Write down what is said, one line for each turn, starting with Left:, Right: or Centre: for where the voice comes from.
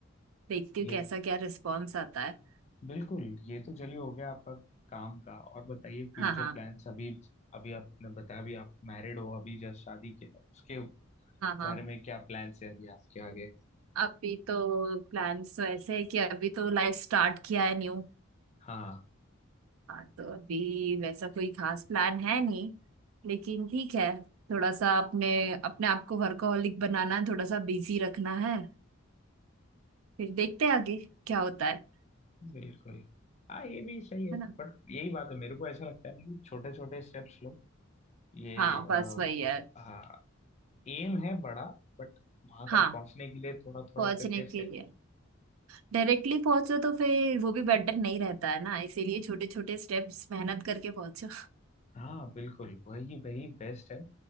Right: देखती
Left: ये
Right: हूँ कैसा क्या रिस्पॉन्स आता है
Left: बिल्कुल ये तो चलिए हो गया आपका काम का और बताइए फ्यूचर
Right: हाँ हाँ
Left: प्लान्स अभी अभी आपने बताया अभी आप मैरिड हो अभी जस्ट शादी किया है। उसके
Right: हाँ हाँ
Left: बारे में क्या प्लान्स है अभी आपके आगे
Right: अभी तो प्लान्स वैसे है कि अभी तो लाइफ स्टार्ट किया है न्यू
Left: हाँ
Right: हाँ तो अभी वैसा कोई खास प्लान है नहीं लेकिन ठीक है थोड़ा सा अपने अपने आप को वर्कहोलिक बनाना है थोड़ा सा बिजी रखना है फिर देखते हैं आगे क्या होता है
Left: बिल्कुल हाँ ये भी सही है
Right: है ना
Left: बट यही बात है मेरे को ऐसा लगता है ना कि छोटे छोटे स्टेप्स लो ये
Right: हाँ
Left: आ,
Right: बस वही है
Left: हाँ एम है बड़ा बट वहां
Right: हाँ
Left: तक पहुंचने के लिए थोड़ा थोड़ा
Right: पहुंचने
Left: करके
Right: के
Left: स्टेप
Right: लिए डायरेक्टली पहुंचो तो फिर वो भी बेटर नहीं रहता है ना इसीलिए छोटे छोटे स्टेप्स मेहनत करके पहुंचो
Left: हाँ बिल्कुल वही वही बेस्ट है